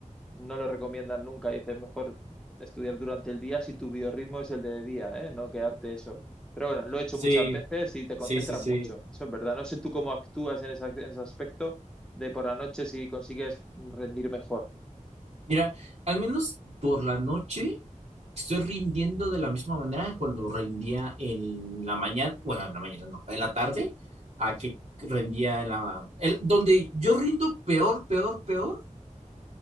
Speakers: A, in the centre; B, on the right (about 55°).
A: no lo recomiendan nunca. Dicen mejor estudiar durante el día si tu biorritmo es el de día, ¿eh? No quedarte eso. Pero bueno, lo he hecho
B: Sí,
A: muchas veces y te concentras
B: sí, sí, sí.
A: mucho. Eso es verdad. No sé tú cómo actúas en, esa- en ese aspecto de por la noche si consigues rendir mejor.
B: Mira, al menos por la noche estoy rindiendo de la misma manera que cuando rendía en la mañana, bueno, en la mañana no, en la tarde, a que rendía en la... el- donde yo rindo peor, peor, peor